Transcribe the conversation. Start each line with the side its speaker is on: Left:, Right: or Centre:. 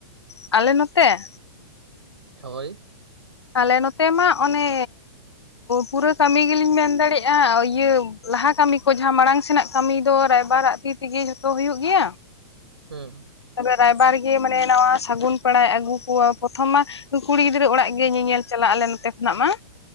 Left: ᱟᱞᱮ ᱱᱚᱛᱮ ᱾
Right: ᱦᱚᱭ ᱾
Left: ᱟᱞᱮ ᱱᱚᱛᱮ ᱢᱟ ᱚᱱᱮ ᱯᱩᱨᱟᱹ ᱠᱟᱹᱢᱤ ᱜᱤᱞᱤᱧ ᱢᱮᱱ ᱫᱟᱲᱭᱟᱜᱼᱟ ᱤᱭᱟᱹ ᱞᱟᱦᱟ ᱠᱟᱹᱢᱤ ᱠᱚ ᱡᱟᱦᱟᱸ ᱢᱟᱲᱟᱝ ᱥᱮᱱᱟᱜ ᱠᱟᱹᱢᱤ ᱫᱚ ᱨᱟᱭᱵᱟᱨᱟᱜ ᱛᱤ ᱛᱮᱜᱮ ᱡᱷᱚᱛᱚ ᱦᱩᱭᱩᱜ ᱜᱮᱭᱟ ᱾
Right: ᱦᱩᱸᱻ
Left: ᱛᱚᱵᱮ ᱨᱟᱭᱵᱟᱨ ᱜᱮ ᱢᱟᱱᱮ ᱱᱟᱣᱟ ᱥᱟᱹᱜᱩᱱ ᱯᱮᱲᱟᱭ ᱟᱹᱜᱩ ᱠᱚᱣᱟ ᱯᱨᱚᱛᱷᱚᱢ ᱢᱟ ᱠᱩᱲᱤ ᱜᱤᱫᱽᱨᱟᱹ ᱚᱲᱟᱜ ᱜᱮ ᱧᱮᱧᱮᱞ ᱪᱟᱞᱟᱜ ᱟᱞᱮ ᱱᱚᱛᱮ ᱠᱷᱚᱱᱟᱜ ᱢᱟ ᱾